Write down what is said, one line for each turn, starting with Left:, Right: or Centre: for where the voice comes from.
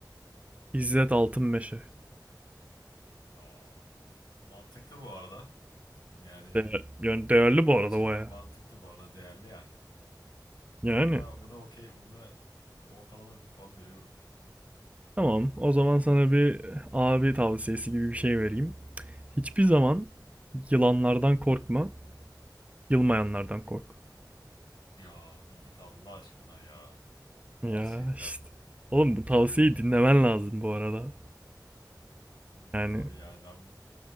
Right: İzzet Altın Meşe.
Left: Aa, mantıklı bu arada. Yani
Right: Değer- yani değerli bu
Left: gerçekten
Right: arada baya.
Left: mantıklı bu arada değerli yani.
Right: Yani.
Left: Buna buna okey, buna ortalama bir puan veriyorum.
Right: Tamam, o zaman sana bir abi tavsiyesi gibi bir şey vereyim. Hiçbir zaman yılanlardan korkma, yılmayanlardan kork.
Left: Ya bir git Allah aşkına ya.
Right: Ya
Left: Gerçekten.
Right: işte. Oğlum bu tavsiyeyi dinlemen lazım bu arada.
Left: Bu
Right: Yani
Left: tabii yani ben bu-